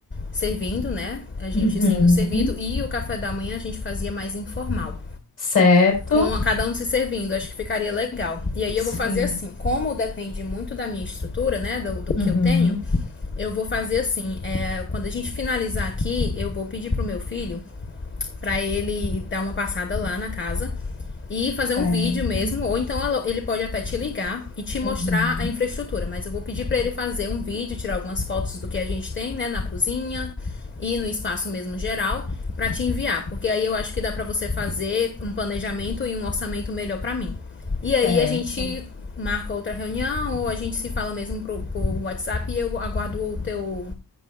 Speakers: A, on the left; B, on the left.
A: servindo, né? A gente
B: Uhum.
A: sendo servido e o café da manhã a gente fazia mais informal
B: Certo.
A: com cada um se servindo, acho que ficaria legal. E aí
B: Sim.
A: eu vou fazer assim, como depende muito da minha estrutura, né, do, do
B: Uhum.
A: que eu tenho, eu vou fazer assim, é, quando a gente finalizar aqui, eu vou pedir pro meu filho para ele dar uma passada lá na casa e fazer
B: Certo.
A: um vídeo mesmo, ou então ele pode até te ligar e te
B: Uhum.
A: mostrar a infraestrutura, mas eu vou pedir para ele fazer um vídeo, tirar algumas fotos do que a gente tem, né, na cozinha, e no espaço mesmo geral para te enviar, porque aí eu acho que dá para você fazer um planejamento e um orçamento melhor para mim. E aí
B: Certo.
A: a gente marca outra reunião ou a gente se fala mesmo pro, por WhatsApp e eu aguardo o teu,